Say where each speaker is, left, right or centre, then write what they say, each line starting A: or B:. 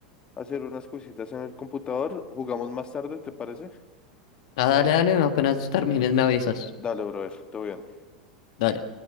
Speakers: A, on the left; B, on the left.
A: hacer unas cositas en el computador. Jugamos más tarde, ¿te parece?
B: Ah, dale, dale, apenas termines me avisas.
A: Dale, brother, todo bien.
B: Dale.